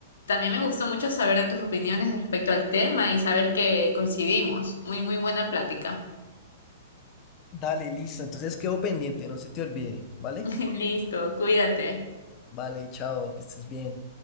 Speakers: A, on the left; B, on the left.
A: también me gustó mucho saber de tus opiniones respecto al tema y saber que coincidimos. Muy, muy buena plática.
B: Dale, listo. Entonces quedo pendiente, no se te olvide, ¿vale?
A: <laughs> Listo, cuídate.
B: Vale, chao, que estés bien.